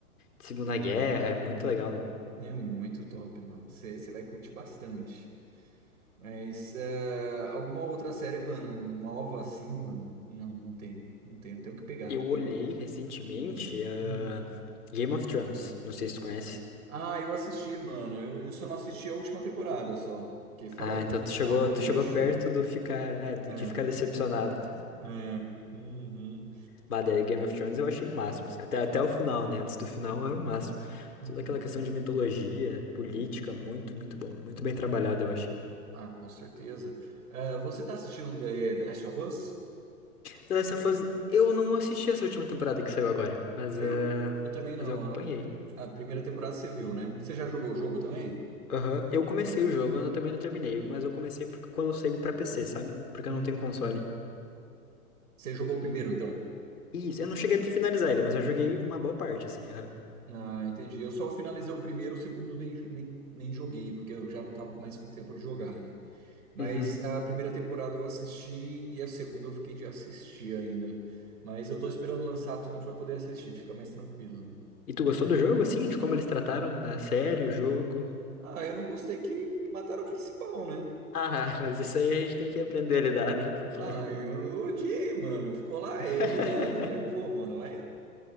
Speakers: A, on the left (about 85°); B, on the right (about 70°).
A: de Segunda Guerra, é muito legal, né?
B: É muito top, mano. Você você vai curtir bastante. Mas é, alguma outra série, mano, nova assim, mano? Não, não tenho. Não tenho. Tenho que pegar.
A: Eu
B: Tem...
A: olhei recentemente, ah,
B: hum.
A: Game of Thrones, não sei se tu conhece.
B: Ah, eu assisti, mano. Eu, eu só não assisti a última temporada só. Que falaram
A: Ah, então
B: que
A: tu
B: o final
A: chegou,
B: foi
A: tu
B: um
A: chegou
B: lixo.
A: perto do ficar, é, de
B: É,
A: ficar decepcionado.
B: é. Uhum,
A: Bah, daí Game of Thrones eu achei o máximo, assim, até, até o final, né? Antes do final era o máximo.
B: uhum.
A: Toda aquela questão de mitologia, política, muito, muito bom, muito bem trabalhado, eu achei.
B: Ah, com certeza. Ah, você tá assistindo The, The Last of Us?
A: The Last of Us, eu não assisti essa última temporada que saiu agora, mas,
B: Ah,
A: ah,
B: Eu, eu também não.
A: mas eu acompanhei.
B: A, a primeira temporada você viu, né? Você já jogou o jogo também?
A: Aham, Eu comecei o jogo, eu também não terminei, mas eu comecei porque quando saiu pra PC, sabe? Porque
B: Uhum.
A: eu não tenho console.
B: Você jogou o primeiro,
A: E
B: então?
A: Isso, eu não cheguei a finalizar ele, mas eu joguei uma boa parte, assim, aham.
B: Ah, entendi. Eu só finalizei o primeiro, o segundo nem, nem, nem joguei, porque eu já não tava mais com tempo de jogar, né? Mas
A: Uhum.
B: a primeira temporada eu assisti e a segunda eu fiquei de assistir ainda. Mas eu tô esperando lançar tudo pra poder assistir, fica mais tranquilo, né?
A: E tu gostou do jogo, assim, de como eles trataram na série, o jogo?
B: Ah, eu não gostei que mataram o principal, né?
A: Ah, <laughs> mas isso aí a gente tem que aprender a lidar, né? Porque.
B: Ah, eu, eu odiei, mano. Ficou lá ele
A: <laughs>
B: lá. Falei, pô, mano, aí,